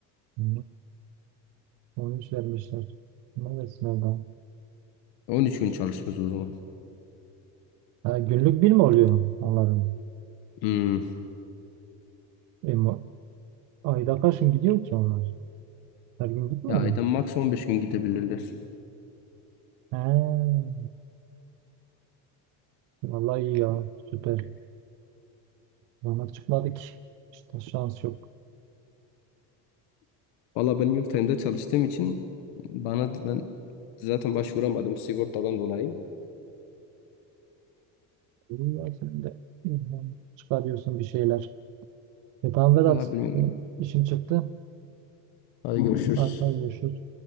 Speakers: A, on the right; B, on the left.
A: Hı. 13 vermişler. Ne da sınavdan.
B: 13 gün çalışmaz o zaman.
A: Ha, günlük bir mi oluyor onların?
B: Hmm.
A: E, mu- ayda kaç gün gidiyor ki onlar? Her gün gitmiyor
B: Ya ayda
A: mu?
B: max 15 gün gidebilirler.
A: He. Vallahi iyi ya. Süper. Bana çıkmadı ki. İşte şans yok.
B: Valla ben yurt dışında çalıştığım için bana ben zaten başvuramadım sigortadan dolayı.
A: İyi ya, sen de ilham çıkarıyorsun bir şeyler. E tamam Vedat.
B: Valla bilmiyorum.
A: Benim işim çıktı.
B: Hadi görüşürüz.
A: Artık görüşürüz.